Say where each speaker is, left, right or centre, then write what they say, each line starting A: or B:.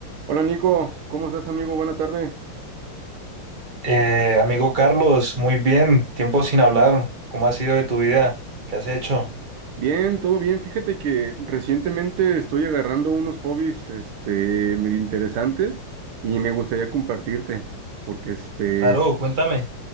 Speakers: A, on the right; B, on the right.
A: Hola Nico, ¿cómo estás amigo? Buena tarde.
B: Eh, amigo Carlos, muy bien, tiempo sin hablar. ¿Cómo ha sido de tu vida? ¿Qué has hecho?
A: Bien, todo bien. Fíjate que recientemente estoy agarrando unos hobbies, este, medio interesantes y me gustaría compartirte, porque este,
B: Claro, cuéntame.